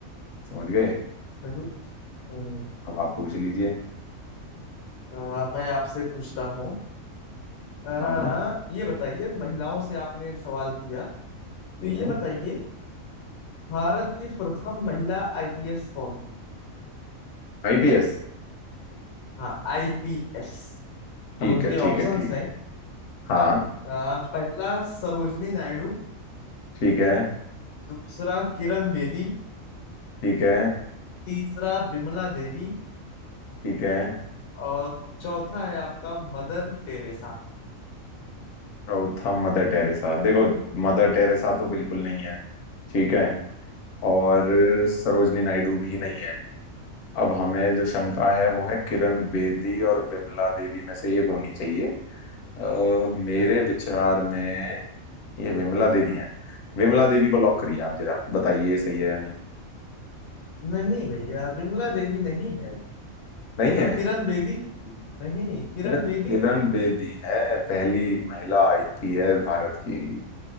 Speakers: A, on the left; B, on the left.
A: समझ गए
B: सही हम्म,
A: अब आप पूछ लीजिए
B: आ, मैं आपसे पूछता हूँ आ,
A: हाँ हाँ।
B: ये बताइए महिलाओं से आपने एक सवाल किया तो
A: हम्म
B: ये बताइए भारत की प्रथम महिला आईपीएस कौन थी
A: आईपीएस
B: हाँ आईपीएस
A: ठीक
B: अब उनके
A: है
B: ऑप्शंस
A: ठीक है ठीक
B: हैं
A: है हाँ
B: आ, पहला सरोजनी नायडू
A: ठीक है
B: दूसरा किरण बेदी
A: ठीक है
B: तीसरा बिमला देवी
A: ठीक है
B: और चौथा है आपका मदर टेरेसा
A: चौथा मदर टेरेसा देखो मदर टेरेसा तो बिल्कुल नहीं है ठीक है और सरोजनी नायडू भी नहीं है अब हमें जो शंका है वो है किरण बेदी और विमला देवी में से एक होनी चाहिए अ, मेरे
B: अच्छा,
A: विचार में ये विमला देवी हैं विमला देवी को लॉक करिए आप जरा बताइए ये सही है या नहीं
B: नहीं भैया बिमला देवी नहीं है
A: नहीं
B: ये तो
A: है
B: किरण बेदी थी नहीं नहीं किरण
A: अच्छा किरण
B: बेदी थी
A: बेदी है पहली महिला आईपीएस भारत की